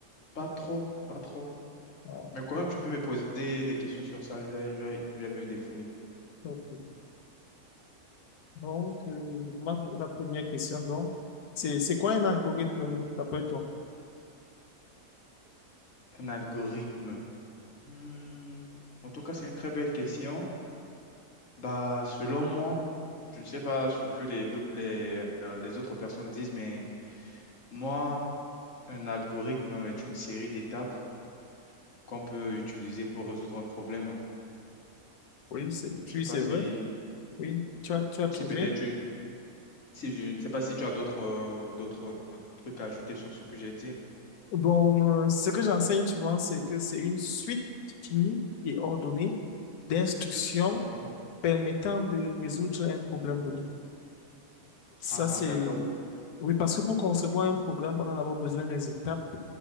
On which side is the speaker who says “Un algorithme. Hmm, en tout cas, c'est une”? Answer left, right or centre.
Left